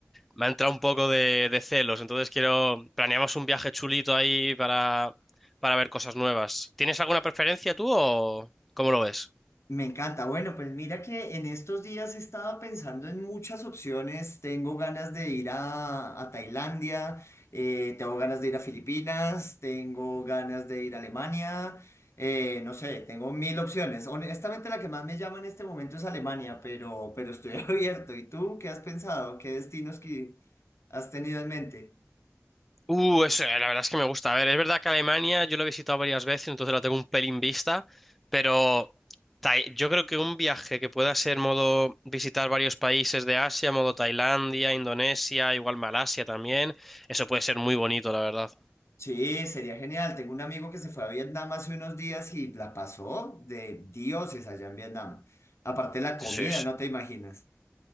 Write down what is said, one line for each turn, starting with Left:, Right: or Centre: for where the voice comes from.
Centre: me ha entrado un poco de, de celos, entonces quiero... Planeamos un viaje chulito ahí para, para ver cosas nuevas. ¿Tienes alguna preferencia tú o cómo lo ves?
Left: Me encanta. Bueno, pues mira que en estos días estaba pensando en muchas opciones. Tengo ganas de ir a, a Tailandia, eh, tengo ganas de ir a Filipinas, tengo ganas de ir a Alemania, eh, no sé, tengo mil opciones. Honestamente, la que más me llama en este momento es Alemania, pero, pero estoy <laughs> abierto. ¿Y tú qué has pensado? ¿Qué destinos que has tenido en mente?
Centre: Uh, eso, eh, la verdad es que me gusta. A ver, es verdad que Alemania yo lo he visitado varias veces, entonces la tengo un pelín vista, pero Tai- yo creo que un viaje que pueda ser modo visitar varios países de Asia, modo Tailandia, Indonesia, igual Malasia también, eso puede ser muy bonito, la verdad.
Left: Sí, sería genial. Tengo un amigo que se fue a Vietnam hace unos días y la pasó de dioses allá en Vietnam. Aparte la comida,
Centre: Sí, sí.
Left: no te imaginas.